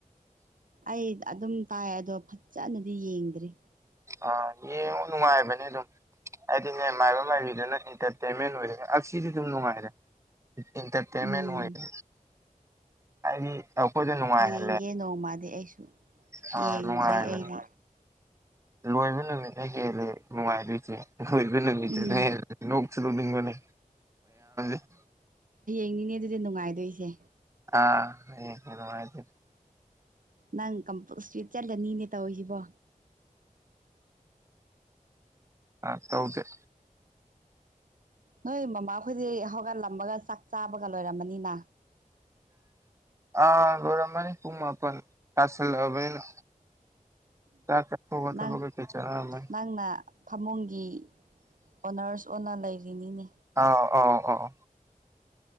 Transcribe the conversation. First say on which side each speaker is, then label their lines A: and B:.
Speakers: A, on the right; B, on the right.
A: ꯑꯩ ꯑꯗꯨꯝ ꯇꯥꯏ ꯑꯗꯣ ꯐꯖꯅꯗꯤ ꯌꯦꯡꯗ꯭ꯔꯤ
B: ꯑ ꯌꯦ ꯅꯨꯡꯉꯥꯏꯕꯅꯦ ꯑꯗꯨꯝ ꯍꯥꯏꯗꯤꯅꯦ ꯃꯥꯏꯕ ꯃꯥꯏꯕꯤꯗꯨꯅ ꯑꯦꯟꯇꯔꯇꯦꯟꯃꯦꯟ ꯑꯣꯏꯔꯦ ꯁꯤꯗꯤ ꯑꯗꯨꯝ ꯅꯨꯡꯉꯥꯏꯔꯦ ꯏꯟꯇꯔꯇꯦꯟꯃꯦꯟ
A: ꯎꯝ
B: ꯑꯣꯏꯔ ꯍꯥꯏꯗꯤ ꯑꯩꯈꯣꯏꯗ ꯅꯨꯡꯉꯥꯏ ꯍꯥꯏ
A: ꯌꯦꯡꯒꯦ ꯅꯣꯡꯃꯗꯤ ꯑꯩꯁꯨ
B: ꯑꯥ
A: ꯌꯦꯡꯗ꯭ꯔꯤ
B: ꯅꯨꯡꯉꯥꯏꯕꯅꯤ
A: ꯑꯩꯗꯤ
B: ꯂꯣꯏꯕ ꯅꯨꯃꯤꯠꯅ ꯍꯦꯜꯂꯦ ꯅꯨꯡꯉꯥꯏꯔꯣꯏꯁꯦ ꯂꯣꯏꯕ ꯅꯨꯃꯤꯠꯇꯅ
A: ꯎꯝ
B: ꯍꯦꯜꯂꯦ <unintelligible>
A: ꯅꯤꯅꯦ ꯑꯗꯨꯗꯤ ꯅꯨꯡꯉꯥꯏꯗꯣꯏꯁꯦ
B: ꯑꯥ ꯍ ꯑꯗꯨꯅꯨꯡꯉꯦ
A: ꯅꯪ ꯀꯝꯄ ꯏꯁꯇ꯭ꯤꯠ ꯆꯠꯂꯅꯤꯅꯦ ꯇꯧꯔꯤꯁꯤꯕꯣ
B: ꯑ ꯇꯧꯗꯦ
A: ꯅꯣꯏ ꯃꯃꯥꯈꯣꯏꯗꯤ ꯍꯧꯒꯠꯂꯝꯃꯒ ꯆꯥꯛ ꯆꯥꯕꯒ ꯂꯣꯏꯔꯝꯃꯅꯤꯅ
B: ꯑꯃꯥ ꯝꯕꯅꯤ ꯄꯨꯡꯃꯄ ꯀꯥꯁꯂꯕꯅ ꯆ ꯆꯄ ꯋꯥꯒ
A: ꯅꯪ
B: ꯀꯩ ꯆꯔ
A: ꯅꯪꯅ ꯐꯃꯨꯡꯒꯤ ꯑꯣꯅꯔꯁ ꯑꯣ ꯑꯣꯏꯅ ꯂꯩꯔꯤꯅꯤꯅꯦ
B: ꯑꯥꯎ ꯑ ꯑꯣ